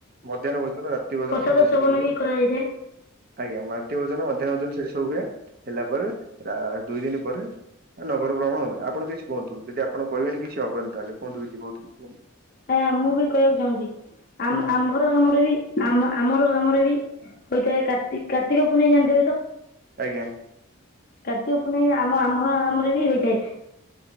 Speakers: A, on the right (about 45°); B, on the left (about 45°).
A: ମଧ୍ୟାହ୍ନ ଭୋଜନ ରାତି ଭୋଜନ
B: ପ୍ରସାଦ
A: ସବୁ
B: ସେବନ
A: ସେଠି ହୁଏ
B: ବି କରାଯାଇଥାଏ
A: ଆଜ୍ଞା ମାଟି ଓଜନ ମଧ୍ୟାହ୍ନ ଓଜନ ସେଠୀ ସବୁ ହୁଏ ହେଲା ପରେ ରା ଦୁଇ ଦିନ ପରେ ନଗର ଭ୍ରମଣ ହୁଏ ଆପଣ କିଛି। କୁହନ୍ତୁ ଯଦିଆପଣ କ କହିବେନି କିଛି ହବନି ତାହେଲେ କୁହନ୍ତୁ କିଛି କୁହନ୍ତୁ କିଛି କୁହନ୍ତୁ
B: ହଁ ମୁଁ ବି କହିବାକୁ ଚାହୁଁଛି ଆମ
A: ହୁଁ
B: ଆମ୍ଭର କାମରେ ବି ଆମ ଆମର ଆମରେ ବି ହୋଇଥାଏ କାର୍ତ୍ତି କାର୍ତ୍ତିକ ପୂନେଇ ଜାଣିଥିବେ ତ
A: ଆଜ୍ଞା।
B: କାର୍ତ୍ତିକ ପୂନେଇ ଆମ ଆମର ଆମର ବି ହେଇଥାଏ